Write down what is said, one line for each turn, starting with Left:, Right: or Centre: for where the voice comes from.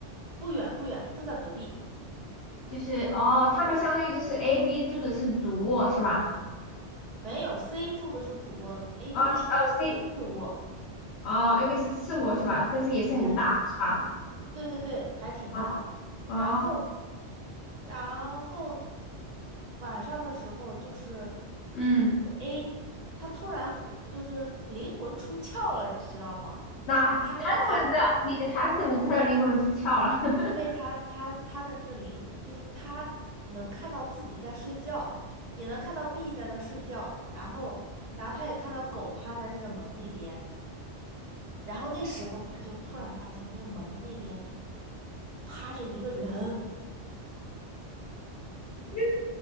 Right: 不远不远，就在隔壁。
Left: 就是哦，他们相当于就是 A、B 住的是主卧是吧？
Right: 没有，C 住的是主卧，A、
Left: 哦是哦
Right: B 住的是次卧。
Left: C 哦 A、B 是次卧是吧？但是也是很大是吧？
Right: 对对对。对对对，还挺大的。
Left: 哦哦，
Right: 然后，然后晚上的时候就是
Left: 嗯，
Right: 就是 A，他突然魂就是灵魂出窍了，你知道吗？
Left: 那他怎么知道你他怎么知道灵魂出窍了？
Right: 他跟我说了，
Left: <laughs>
Right: 因为他他他的那个灵就是他能看到自己在睡觉，也能看到 B 在那睡觉，然后然后他也看到狗趴在那个门那边，然后那时候他就突然发现那个门那边趴着一个人。
Left: 因